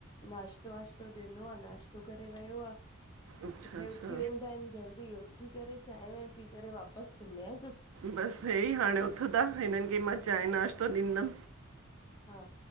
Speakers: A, on the left (about 20°); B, on the right (about 80°).
A: नाश्तो वाश्तो ॾिनो आ, नाश्तो करे वियो आ।
B: अच्छा
A: इते
B: अच्छा
A: उथी वेंदा आहिनि जल्दी, उथी करे चांहि वांहिं पी करे वापसि सुम्हिया आहिनि।
B: बसि हे ई हाणे उथंदा हिननि खे मां चांहि नाश्तो ॾींदमि।
A: हा।